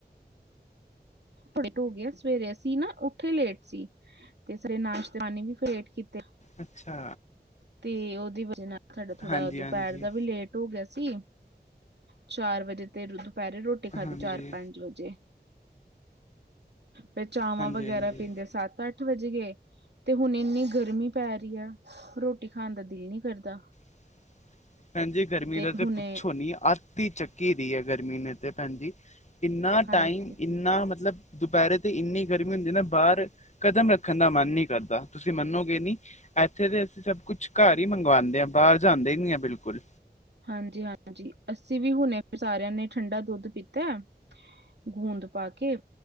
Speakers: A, on the right (about 75°); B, on the left (about 40°).
A: ਬੜੇ ਲੇਟ ਹੋ ਗਿਆ, ਸਵੇਰੇ ਅਸੀਂ ਨਾ ਓਠੇ ਲੇਟ ਸੀ। ਤੇ ਸਾਰੇ ਨਾਸ਼ਤੇ ਪਾਨੀ ਵੀ ਫਿਰ ਲੇਟ ਕੀਤੇ।
B: ਅੱਛਾ।
A: ਤੇ ਉਹਦੀ ਵਜ੍ਹੇ ਨਾਲ ਸਾਡਾ ਥੋੜਾ
B: ਹਾਂਜੀ
A: ਦੁਪਹਿਰ
B: ਹਾਂਜੀ
A: ਦਾ ਵੀ ਲੇਟ ਹੋ ਗਿਆ ਸੀ, ਚਾਰ ਵਜੇ ਤੇ ਦੁਪਹਿਰੇ ਰੋਟੀ ਖਾਧੀ
B: ਹਾਂਜੀ
A: ਚਾਰ- ਪੰਜ ਵਜੇ। ਫਿਰ ਚਾਵਾਂ
B: ਹਾਂਜੀ
A: ਵਗੈਰਾ
B: ਹਾਂਜੀ
A: ਪੀਂਦੇ ਸੱਤ-ਅੱਠ। ਅੱਠ ਵੱਜ ਗਏ ਤੇ ਹੁਣ ਇੰਨੀ ਗਰਮੀ ਪੈ ਰਹੀ ਹੈ ਰੋਟੀ ਖਾਣ ਦਾ ਦਿਲ ਨਹੀਂ ਕਰਦਾ।
B: - <inaudible> ਭੈਣ ਜੀ ਗਰਮੀ
A: ਤੇ
B: ਦਾ ਤਾਂ
A: ਹੁਣੇ
B: ਪੁੱਛੋ ਨੀ ਅੱਤ ਹੀ ਚੱਕੀ ਦੀ ਹੈ। ਗਰਮੀ ਨੇ ਤੇ ਭੈਣ ਜੀ। ਕਿੰਨਾ
A: ਹਾਂਜੀ
B: ਟਾਈਮ ਇੰਨਾ ਮਤਲਬ। ਦੁਪਹਿਰੇ ਤੇ ਇੰਨੀ ਗਰਮੀ ਹੁੰਦੀ ਨਾ ਬਾਹਰ ਕਦਮ ਰੱਖਣ ਦਾ ਮਨ ਨੀ ਕਰਦਾ ਤੁਸੀਂ ਮੰਨੋਗੇ ਨੀ ਇੱਥੇ ਤੇ ਅਸੀਂ ਸਭ ਕੁਛ ਘਰ ਹੀ ਮੰਗਵਾਉਂਦੇ ਹ ਬਾਹਰ ਜਾਂਦੇ ਹੀ ਨੀ ਆ ਬਿਲਕੁਲ।
A: ਹਾਂਜੀ-ਹਾਂਜੀ, ਅੱਸੀ ਵੀ ਹੁਣੇ ਸਾਰਿਆਂ ਨੇ ਠੰਡਾ ਦੁੱਧ ਪੀਤਾ। ਗੋਂਦ ਪਾ ਕੇ,